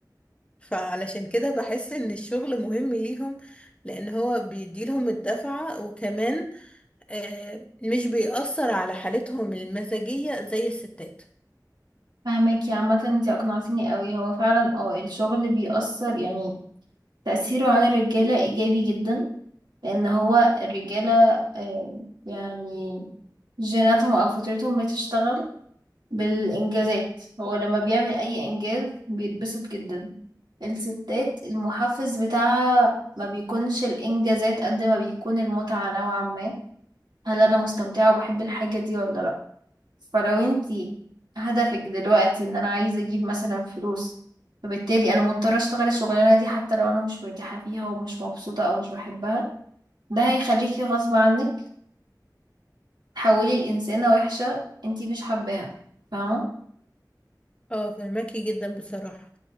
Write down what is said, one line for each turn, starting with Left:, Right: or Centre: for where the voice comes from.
Left: فعلشان كده بحس إن الشغل مهم ليهم لأن هو بيديلهم الدفعة وكمان آه، مش بيأثر على حالتهم المزاجية زي الستات
Right: فهماكي عامة انتي اقنعتيني قوي هو فعلا اه الشغل بيأثر يعني تأثيره على الرجالة ايجابي جدا لان هو الرجالة آه، يعني جيناتهم او فطرتهم بتشتغل بالانجازات هو لما بيعمل اي انجاز بيتبسط جدا الستات المحفز بتاعها ما بيكونش الانجازات قد ما بيكون المتعة نوعا ما هل انا مستمتعة وبحب الحاجة دي ولا لا فلو انتي هدفك دلوقتي ان انا عايزة اجيب مثلا فلوس فبالتالي انا مضطرة اشتغل الشغلانة دي حتى لو انا مش مرتاحة فيها ومش مبسوطة او مش بحبها ده هيخليكي غصب عنك تحولي لإنسانة وحشة انتي مش حباها فاهمة
Left: اه فهماكي جدا بصراحة